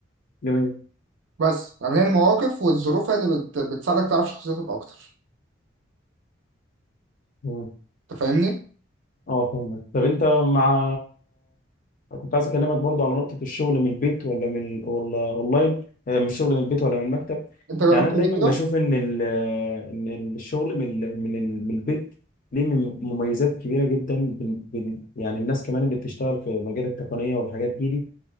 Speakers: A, on the left; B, on the right.
A: جميل
B: بس يعني هي المواقف والظروف هي اللي بت- بتساعدك تعرف شخصيتك اكتر
A: مم.
B: انت فاهمني
A: اه فهمك طب انت مع كنت عايز اكلمك برضو على نقطة الشغل من البيت ولا من ولا اونلاين آه، من الشغل من البيت ولا من المكتب
B: انت جربت
A: يعني انا
B: قبل
A: دايما
B: كده
A: بشوف ان ال... آه، ان الشغل من من من البيت ليه مم- مميزات كبيرة جدا بن... بن... يعني الناس كمان اللي بتشتغل في مجال التقنية والحاجات دي, دي